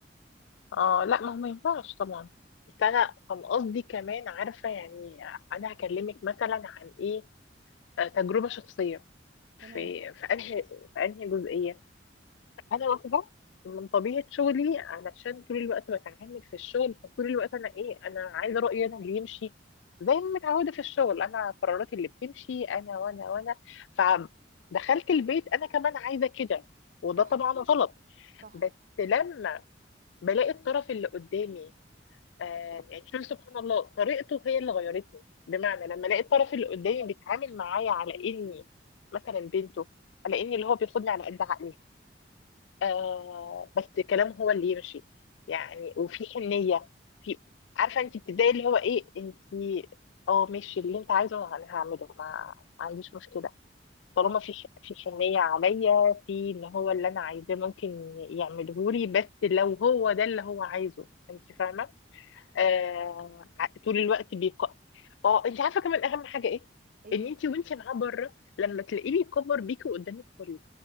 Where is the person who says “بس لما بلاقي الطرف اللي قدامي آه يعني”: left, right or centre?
Left